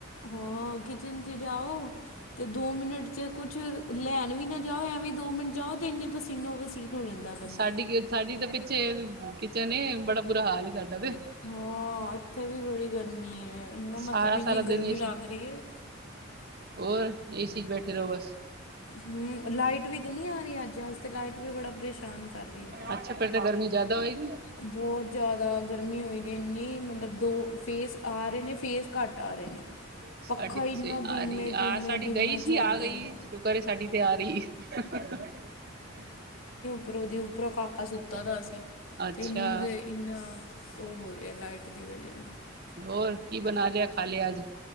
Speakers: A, on the left; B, on the right.
A: ਹਾਂ, ਕਿਚਨ ਚ ਜਾਓ। ਤੇ ਦੋ ਮਿੰਟ ਚ ਕੁਛ ਲੈਣ ਵੀ ਨਾ ਜਾਓ ਐਵੇਂ ਦੋ ਮਿੰਟ ਜਾਓ ਤੇ ਇੰਨੇ ਪਸੀਨੋ ਪਸੀਨ ਹੋ ਜਾਂਦਾ ਬੰਦਾ
B: ਸਾਡੀ ਸਾਡੀ ਤਾਂ ਪਿੱਛੇ ਕਿਚਨ ਏ, ਬੜਾ ਬੁਰਾ ਹਾਲ ਸਾਡਾ ਤੇ
A: ਹਾਂ ਇੱਥੇ ਵੀ ਬੜੀ ਗਰਮੀ ਹੈ। ਇਨਾ ਮਤਲਬ
B: ਸਾਰਾ
A: ਇੰਨੀ
B: ਸਾਰਾ
A: ਗਰਮੀ
B: ਦਿਨ ਏਸੀ
A: ਲੱਗ ਰਹੀ ਹੈ।
B: ਹੋਰ ਏਸੀ 'ਚ ਬੈਠੇ ਰਹੋ ਬਸ।
A: ਹਮ ਲਾਈਟ ਵੀ ਤੇ ਨਹੀ ਆ ਰਹੀ ਅੱਜ ਤੇ ਲਾਈਟ ਵੀ ਬੜਾ ਪਰੇਸ਼ਾਨ ਕਰ ਰਹੀ ਹੈ
B: ਅੱਛਾ! ਫੇਰ ਤਾਂ ਗਰਮੀ ਜ਼ਿਆਦਾ ਹੋਏਗੀ।
A: ਬਹੁਤ ਜ਼ਿਆਦਾ ਗਰਮੀ ਹੋਈ ਇੰਨੀ ਮਤਲਬ ਦੋ ਫੇਸ ਆ ਰਹੇ ਨੇ ਫੇ ਘੱਟ ਆ ਰਹੇ ਨੇ
B: ਸਾਡੀ
A: ਪੱਖਾ ਇੰਨਾ
B: ਤੇ
A: ਧੀਮੇ
B: ਆ ਰਹੀ
A: ਧੀਮੇ
B: ਆ ਸਾਡੀ
A: ਧੀਮੇ
B: ਗਈ ਸੀ
A: ਚੱਲ
B: ਆ
A: ਰਿਹਾ
B: ਗਈ ਸ਼ੁਕਰ ਸਾਡੀ ਤੇ ਆ ਰਹੀ <unintelligible>
A: ਉੱਰ ਉਹਦੇ ਉੱਪਰੋਂ ਕਾਕਾ ਸੁੱਤਾ ਦਾ ਸੀ
B: ਅੱਛਾ
A: ਤੇ ਇਦੇ ਇਨਾ ਉਹ ਹੋ ਰਿਹਾ ਲਾਈਟ ਦੀ ਵਜ੍ਹਾ ਨਾਲ
B: ਹੋਰ ਕੀ ਬਣਾ ਲਿਆ ਖਾ ਲਿਆ ਅੱਜ?